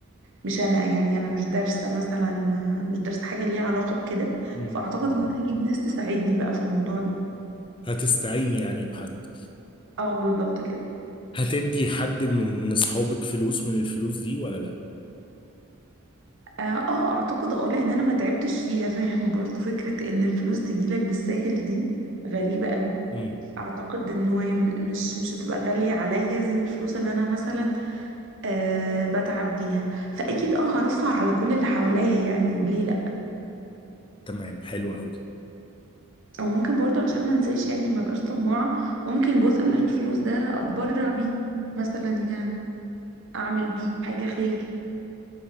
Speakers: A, on the right; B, on the left.
A: مش انا يعني انا مش دارسه مثلا مش دارسه حاجه ليها علاقه بكده
B: مم.
A: فاعتقد ان انا هجيب ناس تساعدني بقى في الموضوع ده
B: هتستعيني يعني بحد
A: اه بالظبط كده
B: هتدي حد من اصحابك فلوس من الفلوس دي ولا لا
A: اه آه، اعتقد اه لان انا ما تعبتش فيها فاهم <laughs> برضو فكره ان الفلوس تجيلك بالساهل دي غريبه قوي
B: امم
A: اعتقد ان هو م- مش مش هتبقى غاليه عليا زي الفلوس اللي انا مثلا أه بتعب بيها فاكيد اه هرفه على كل اللي حواليا يعني ليه
B: تمام حلو قوي
A: او ممكن برضو عشان ما انساش يعني ما بقاش طماعة ممكن جزء من الفلوس ده اتبرع بيه مثلا يعني اعمل بيه حاجة خير